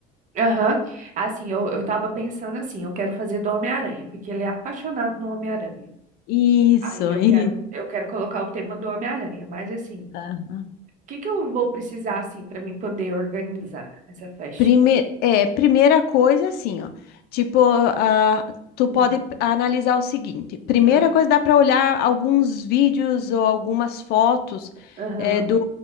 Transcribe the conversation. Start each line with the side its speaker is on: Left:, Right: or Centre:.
Right: Aham. Assim, eu, eu tava pensando assim, eu quero fazer do Homem-Aranha, porque ele é apaixonado no Homem-Aranha.
Left: Isso,
Right: Aí eu
Left: isso.
Right: quero, eu quero colocar o tema do Homem-Aranha, mas assim, o
Left: Aham.
Right: que que eu vou precisar assim pra mim poder organizar essa festinha?
Left: Prime... É, primeira coisa, assim, ó. Tipo, ah, tu
Right: Hum,
Left: pode analisar o seguinte: primeira
Right: ah,
Left: coisa, dá para olhar alguns vídeos ou algumas fotos
Right: Aham.
Left: é, do,